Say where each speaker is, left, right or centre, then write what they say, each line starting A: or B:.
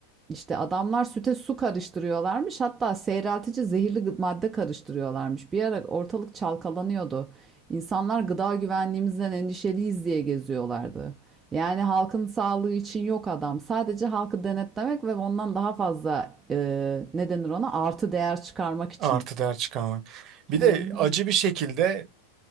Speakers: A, on the right; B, on the right.
A: İşte adamlar süte su karıştırıyorlarmış. Hatta seyreltici zehirli madde karıştırıyorlarmış. Bir ara ortalık çalkalanıyordu. İnsanlar gıda güvenliğimizden endişeliyiz diye geziyorlardı. Yani halkın sağlığı için yok adam. Sadece halkı denetlemek ve ondan daha fazla e, ne denir ona artı değer çıkarmak için.
B: artı değer çıkarmak. Bir
A: Aynen
B: de acı
A: öyle.
B: bir şekilde